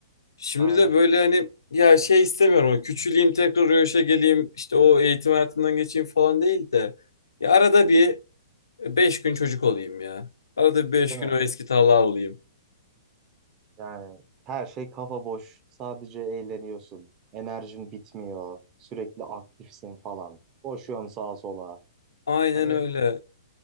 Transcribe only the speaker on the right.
aynen.
Değil
mi?
Yani her şey kafa boş. Sadece eğleniyorsun. Enerjin bitmiyor. Sürekli aktifsin falan. Koşuyorsun sağa sola.
Hani